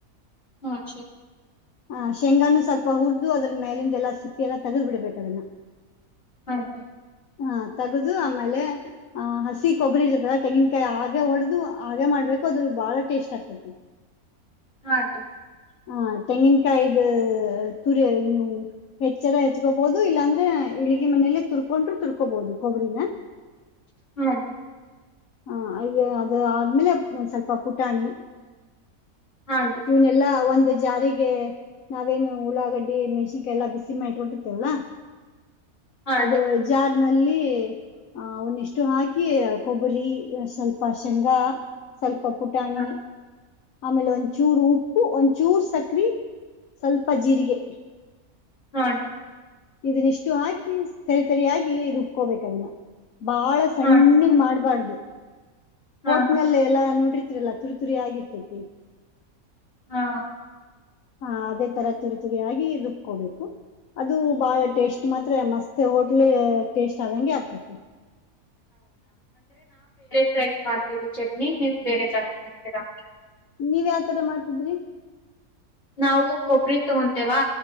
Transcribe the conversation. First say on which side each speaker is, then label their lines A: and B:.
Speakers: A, on the left; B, on the left.
A: <inaudible>
B: ಹ ಶೇಂಗಾನು ಸ್ವಲ್ಪ ಹುರಿದು ಅದ್ರ ಮೇಲಿಂದೆಲ್ಲಾ ಸಿಪ್ಪಿ ಎಲ್ಲಾ ತೆಗೆ್ದ್ ಬಿಡ್ಬೇಕದನ್ನ.
A: ಹಾಗೆ.
B: ಹ ತಗದು ಆಮೇಲೆ ಆ ಹಸಿ ಕೊಬ್ಬರಿ ಇರತ್ತಲ್ಲ ತೆಂಗಿಿನಕಾಯಿ ಹಾಗೆ ಹೊಡೆದು ಹಾಗೆ ಮಾಡ ಬಕೋ ಅದು ಬಾಳ ಟೇಸ್ಟ್ ಆಗ್ತೈತಿ.
A: ಹಾಟೀ
B: ಹಾ ತೆಂಗಿನಕಾಯ್ದ. ತುರಿ ನೀವು ಹೆಚ್ಚರ ಹೆಚ್ಕೋಬಹುದು ಇಲ್ಲಾಂದ್ರೆ ಇಳಿಗೆ ಮನೆಯಲ್ಲೇ ತುರ್ಕೊಂಡ್ರರು ತುರ್ಕೋಬಹುದು ಕೊಬ್ಬರಿನ ಹ
A: ಹಾ ರ
B: ಹಾ ಅದು ಅದು ಆದ್ಮೇಲೆ ಸ್ವಲ್ಪ ಪುಟಾಣಿ
A: ಹಾಗೆ
B: ಇವನೆಲ್ಲಾ ಒಂದ ಅಂದ ಜಾರಿಗೆ ನಾವೇನು ಉಲಾಗಡ್ಡಿ ಮೆಣ್ಸಿನ್ಕಾಯಿ ಎಲ್ಲ ಬಿಸಿ ಮಾಡ ಇಟ್ಕೊಳ್ತಿರ್ತೇವಲ್ಲ
A: ಹಾಗೆ
B: ಅದು ಜಾರ್ ನಲ್ಲಿ ಅವನ ಇಷ್ಟು ಹಾಕಿ ಕೊಬ್ಬ ಬ್ಬರಿ ಸ್ವಲ್ಪ ಶೇಂಗಾ ಸ್ವಲ್ಪ ಪುಟಾಣಿ
A: ಹಾ
B: ಆಮೇಲೆ ಒಂಚೂರು ಉಪ್ಪು ಒಂಚೂರು ಸಕ್ರೆ ಸ್ವಲ್ಪ ಜೀರಿಗೆ
A: ಹಾಟೀ
B: ಇದನ್ನಿಷ್ಟು ಹಾಕಿ ಸರಿತರಿಯಾಗಿ ರುಬ್ಕೋಬೇಕದನ್ನ ಬಾಳ ಸಣ್ಣಗ್
A: ಹಾಗೆ
B: ಮಾಡಬಾರ್ದು ಹೋಟ್
A: ಹಾ ಹಾ
B: ನಲ್ಲ ಎಲ್ಲಾ ನೋಡಿರ್ತಿರಲ್ಲ ತುರಿ ತುರಿ ಆಗಿರ್ತತಿ
A: ಹಾ
B: ಹಾ ಅದೇ ತರ ತುರಿ ತುರಿ ಆಗಿ ರುಬ್ಕೋಬೇಕು ಅದು ಬಾಳ ಟೇಸ್ಟ್ ಮಾತ್ರ ಮಸ್ತ್ ಹೋಟ್ಲ್ ಟೇಸ್ಟ್ ಆದಂಗೆ ಆಗ್ತತಿ
A: ರೖ ಮಾಡ್ತೀವಿ ಚಟ್ನಿ ನೀವುಬೇರೆ ತರ ಮಾಡ್ತೀರಾ
B: ನೀವ ಯಾವತರ ಮಾಡ್ತಿದ್ರಿ
A: ನಾವು ಕೊಬ್ಬರಿತಗೊಂತೇವಾ